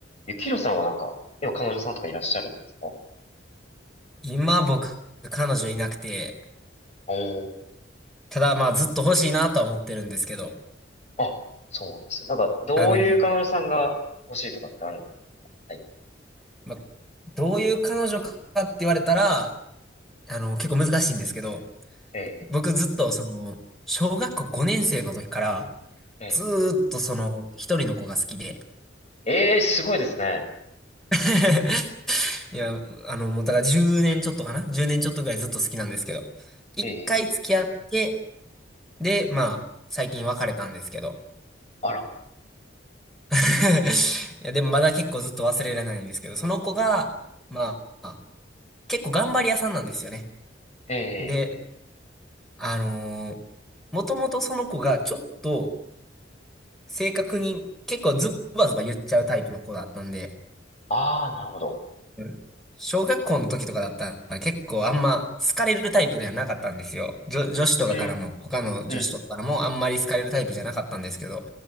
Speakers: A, on the left (about 35°); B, in the centre.
A: ゆきひろさんはなんか、今彼女さんとかいらっしゃるんですか
B: 今僕、彼女いなくて、
A: おー。
B: ただまあずっと欲しいなとは思ってるんですけど、
A: あ、そうなんですね。なんか、どういう彼女さんが欲しいとかってあるんですかはい。
B: あの、まあ、どういう彼女かって言われたら、あの、結構難しいんですけど、
A: ええ、
B: 僕ずっとその、小学校5年生の時から、
A: ええ、
B: ずーっとその、一人の子が好きで。
A: えーすごいですね。
B: <laughs> いや、あの、もうだから10年ちょっとかな1年ちょっとぐらいずっと好きなんですけど、一回付き合って、
A: ええ、
B: で、まあ、最近別れたんですけど、
A: あら。
B: <laughs> いや、でもまだ結構ずっと忘れられないんですけど、その子が、まあ、結構頑張り屋さんなんですよね。
A: ええ、
B: で、あのもともとその子がちょっと正確に結構ズバズバ言っちゃうタイプの子だったんで、
A: ああ、なるほど。
B: うん小学校の時とかだったら結構あんま好かれるタイプではなかったんですよ。女、女子とかからも、
A: うん、
B: 他の女子とかからもあんまり好かれるタイプじゃなかったんですけど、
A: うん、